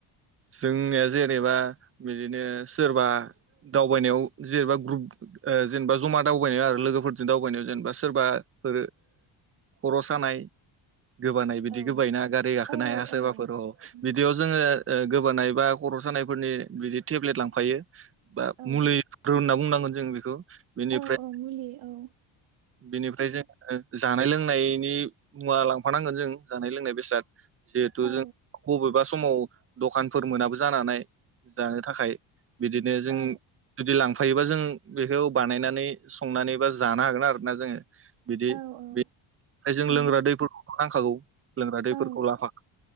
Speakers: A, on the right; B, on the right.
A: जोंनिया जेनेबा बिदिनो सोरबा दावबायनायाव जेनेबा ग्रुप ओ जेनेबा जमा दावबायनायाव आरो लोगोफोरजों दावबायनायाव जेनेबा सोरबा ओ खर' सानाय गोबानाय बिदि
B: औ
A: गोबाय ना गारि गाखोनो
B: औ
A: हाया सोरबाफोर
B: औ
A: अ
B: उम
A: बिदियाव जोङो ओ गोबानाय बा खर' सानायफोरनि बिदि टेब्लेट लांफायो बा
B: औ
A: मुलिफोर होनना बुंनांगोन जों बेखौ बेनिफ्राय
B: औ औ मुलि औ
A: बेनिफ्राय
B: उम
A: जोङो जानाय लोंनायनि मुवा लांफानांगोन जों जानाय लोंनाय बेसाद जिहेथु
B: औ
A: जों बबेबा समाव दखानफोर मोनाबो जानानै हानाय जानो थाखाय बिदिनो जों
B: औ
A: जुदि लांफ फायोबा जों बेखौ बानायनानै संनानै बा जानो हागोन आरोना जोंङो बिदि
B: औ औ
A: बि बे जों
B: उम
A: लोंग्रा दैफोरखौ नांखागौ लोंग्रा दैफोरखौ
B: औ
A: लाफा